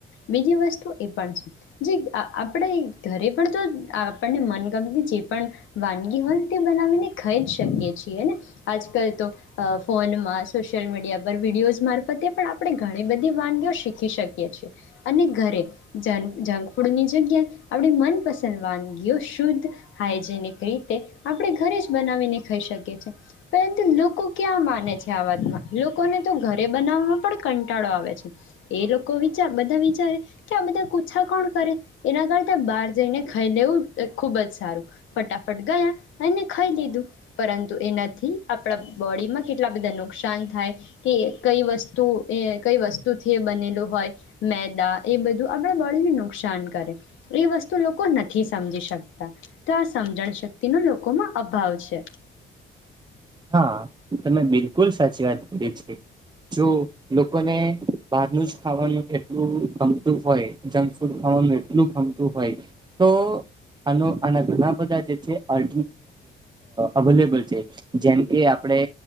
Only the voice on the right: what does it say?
હા તમે બી <unintelligible> સાચી વાત એ છે, જો લોકોને બહારનું જ ખાવાનું એટલું ગમતું હોય જંક ફૂડ ખાવાનું એટલું ગમતું તું હોય તો. આનો આના ઘણા બધા જે છે, <unintelligible> આ અવેલેબલ છે. જેમ કે આપણે.